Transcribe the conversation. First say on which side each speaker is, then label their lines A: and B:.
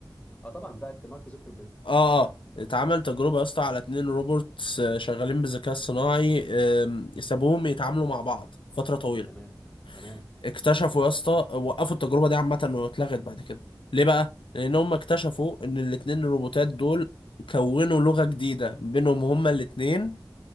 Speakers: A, on the left (about 15°); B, on the left (about 85°).
A: اه طبعا بتاعت مارك زوكربيرج
B: اه اه اتعمل تجربة يا اسطى على اتنين روبوتس آه، شغالين بالذكاء الصناعي آم، سابوهم يتعاملوا مع بعض فترة طويلة
A: تمام تمام
B: اكتشفوا يا اسطى وقفوا التجربة دي عامة واتلغت بعد كده ليه بقى؟ لأن هم اكتشفوا إن الاتنين الروبوتات دول كونوا لغة جديدة بينهم هما الاتنين